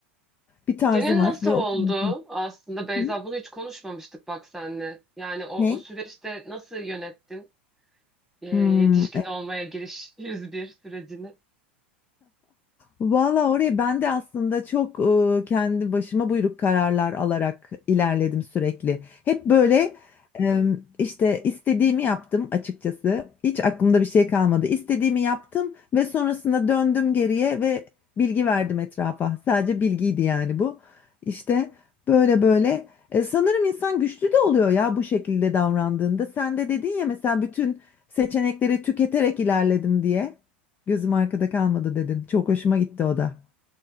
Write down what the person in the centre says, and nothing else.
Senin
nasıl
oldu
aslında Beyza
bunu hiç konuşmamıştık bak senle. Yani o, o
süreçte nasıl yönettin? e, yetişkin
olmaya giriş <laughs> 101 sürecini.